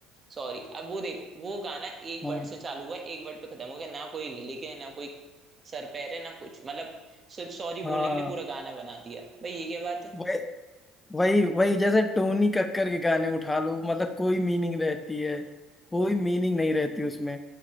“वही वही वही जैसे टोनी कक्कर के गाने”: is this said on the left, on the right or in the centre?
Left